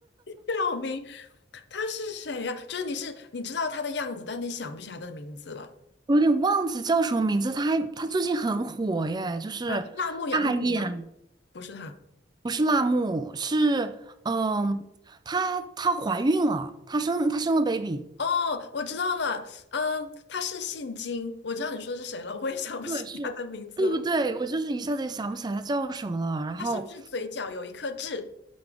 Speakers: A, on the left; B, on the right.
A: 小明，他是谁呀、就是你是你知道他的样子，但你想不起来他的名字了。
B: 我有点忘记叫什么名字。她还她最近很火耶，就是她还演
A: 呃，辣目洋子吗？不是他。
B: 不是辣目，是嗯，她她怀孕了，她生她生了 baby。
A: 哦，我知道了。嗯，他是姓金，我知道你说的是谁了，我也想不起他的名字了。
B: 对，是，对不对？我就是一下子也想不起来他叫什么了。然后，
A: 他是不是嘴角有一颗痣？